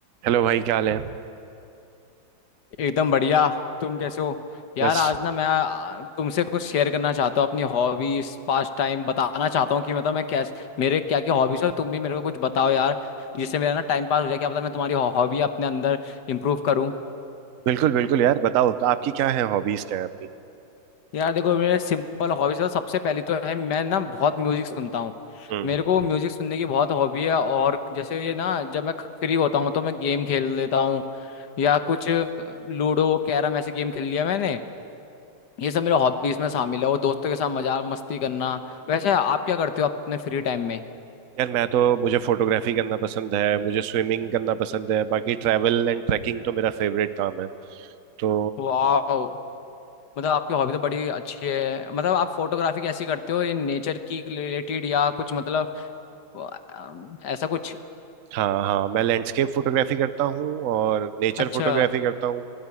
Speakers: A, on the right; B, on the left.
A: Hello भाई क्या हाल है
B: एकदम बढ़िया तुम कैसे हो यार
A: बस
B: आज ना मैं आ, तुमसे कुछ शेयर करना चाहता हूँ अपनी हॉबीज पास टाइम बताना चाहता हूँ कि मतलब मैं कैसे मेरे क्या क्या हॉबीज है तुम भी मेरे को कुछ बताओ यार जिससे मेरा ना टाइम पास हो जाए क्या पता मैं तुम्हारी हॉबी अपने अंदर इम्प्रूव करूँ
A: बिल्कुल बिल्कुल यार बताओ तो आपकी क्या है हॉबीज क्या है आपकी
B: यार देखो मेरे सिंपल हॉबीज है सबसे पहली तो है मैं ना बहुत म्यूजिक सुनता हूँ
A: हम्म
B: मेरे को म्यूजिक सुनने की बहुत हॉबी है और जैसे ये ना जब मैं फ्री होता हूँ तो मैं गेम खेल लेता हूँ या कुछ लूडो कैरम ऐसे गेम खेल लिया मैंने ये सब मेरे हॉबीज में शामिल है वो दोस्तों के साथ मजाक मस्ती करना वैसे आप क्या करते हो अपने फ्री टाइम में
A: यार मैं तो मुझे फोटोग्राफी करना पसंद है मुझे स्विमिंग करना पसंद है बाकी ट्रैवल एंड ट्रैकिंग तो मेरा फेवरेट काम है तो
B: वाह मतलब आपकी हॉबी तो बड़ी अच्छी है मतलब आप फोटोग्राफी कैसी करते हो इन नेचर की रिलेटेड या कुछ मतलब अम, ऐसा कुछ
A: हाँ हाँ मैं लैंडस्केप फोटोग्राफी करता हूँ और नेचर
B: अच्छा
A: फोटोग्राफी करता हूँ